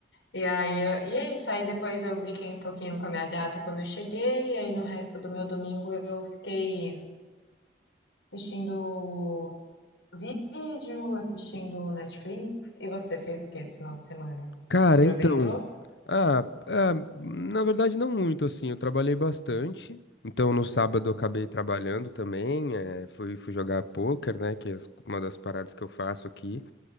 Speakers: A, on the left (about 85°); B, on the left (about 65°).
A: E aí, eu- e é isso. Aí depois eu brinquei um pouquinho com a minha gata quando eu cheguei, e aí no resto do meu domingo eu fiquei. Assistindo vídeo, assistindo Netflix. E você fez o que esse final de semana?
B: Cara,
A: Aproveitou?
B: então. Ah, ah, na verdade, não muito assim. Eu trabalhei bastante. Então, no sábado, eu acabei trabalhando também. eh, fui, fui jogar pôquer, né? Que é as- uma das paradas que eu faço aqui.